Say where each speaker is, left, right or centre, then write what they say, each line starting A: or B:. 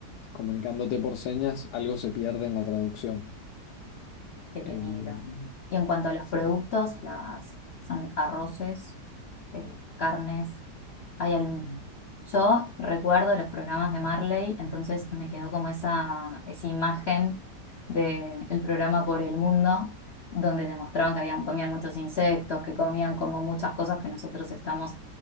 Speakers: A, on the left; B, on the left.
A: comunicándote por señas algo se pierde en la traducción.
B: Qué peligro.
A: Em,
B: Y en cuanto a los
A: sí.
B: productos, las son arroces, eh, carnes, Hay algún- Yo recuerdo los programas de Marley, entonces me quedó como esa, esa imagen del programa Por el Mundo, donde demostraban que habían, comían muchos insectos, que comían como muchas cosas que nosotros estamos